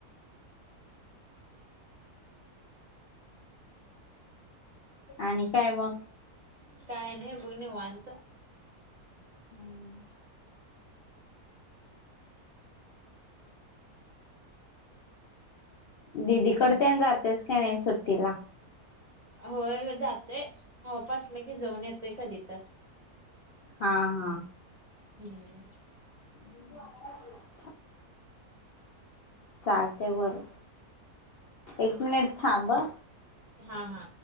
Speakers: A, on the left; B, on the right.
A: आणि काय मग
B: काय नाही बघ निवांत
A: हम्म दिदीकड
B: हम्म.
A: तेन जातेस काय नाही सुट्टीला
B: होय जातोय ऑफ असला की जाऊन येतोय कधी तर
A: हा-हा
B: हम्म
A: <unintelligible> चालते बर एक मिनिट थांब
B: हा-हा.